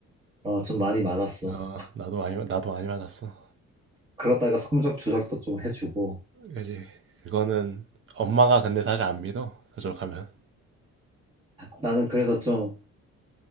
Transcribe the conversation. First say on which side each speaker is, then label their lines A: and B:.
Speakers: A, on the right; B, on the right.
A: 어 좀 많이 맞았어.
B: 어, 나도 많이, 나도 많이 맞았어.
A: 그러다가 성적 조작도 좀 해주고
B: 그지. 그거는 엄마가 근데 사실 안 믿어. 저쪽 하면.
A: 나는 그래서 좀,